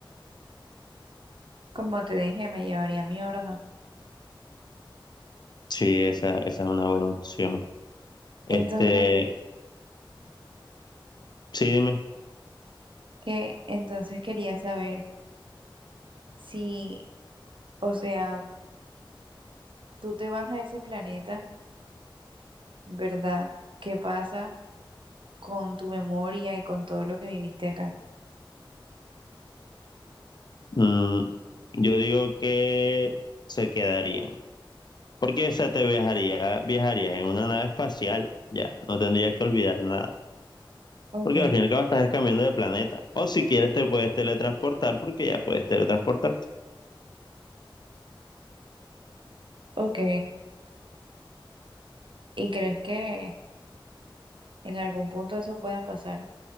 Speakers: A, on the right; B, on the left.
A: como te dije, me llevaría mi horno?
B: Sí, esa, esa es una buena opción. Este,
A: Entonces,
B: sí, dime.
A: ¿qué? Entonces quería saber. si o sea, tú te vas a ese planeta, ¿verdad? ¿Qué pasa con tu memoria y con todo lo que viviste acá?
B: Mm, yo digo que se quedarían. Porque, o sea, te viajaría, viajarías en una nave espacial, ya, no tendrías que olvidar nada.
A: Ok,
B: Porque al fin y al cabo estás cambiando de planeta. O si quieres te puedes teletransportar, porque ya puedes teletransportarte.
A: ok. ¿Y crees que en algún punto eso pueda pasar?